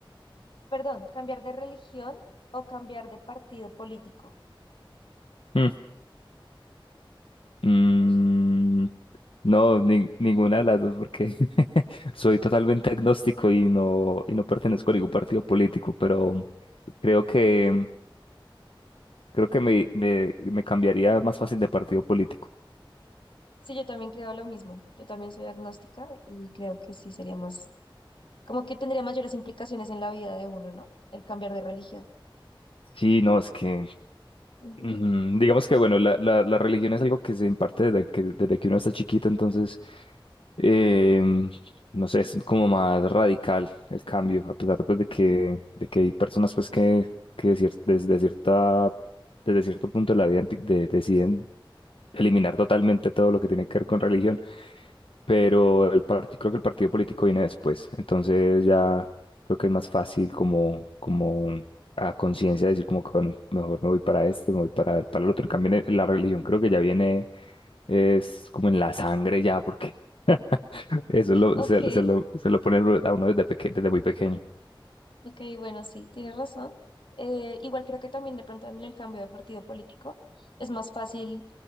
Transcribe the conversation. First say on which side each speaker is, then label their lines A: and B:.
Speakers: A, on the left; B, on the left.
A: perdón, cambiar de religión o cambiar de partido político?
B: Mm. Mm, No, nin- ninguna de las dos, porque <laughs> soy totalmente agnóstico y no, y no pertenezco a ningún partido político, pero creo que, creo que me, me, me cambiaría más fácil de partido político.
A: Sí, yo también creo lo mismo. Yo también soy agnóstica y creo que sí sería más, como que tendría mayores implicaciones en la vida de uno, ¿no? El cambiar de religión.
B: Sí, no, es que,
A: Ujú.
B: mm, digamos que, bueno, la, la, la religión es algo que se imparte desde que, desde que uno está chiquito, entonces, em, no sé, es como más radical el cambio, a pesar pues, de que, de que hay personas pues que, que decir, desde cierta desde cierto punto de la vida empi- de- deciden eliminar totalmente todo lo que tiene que ver con religión, pero el partido, creo que el partido político viene después, entonces ya creo que es más fácil como, como a conciencia decir como que bueno, mejor me voy para este, me voy para, para el otro, en cambio en el- la religión creo que ya viene, es como en la sangre ya, porque <laughs> eso lo,
A: Ok,
B: se, se lo, se lo ponen a uno desde, peque- desde muy pequeño.
A: Ok, bueno, sí, tienes razón. Eh, igual creo que también de pronto en el cambio de partido político es más fácil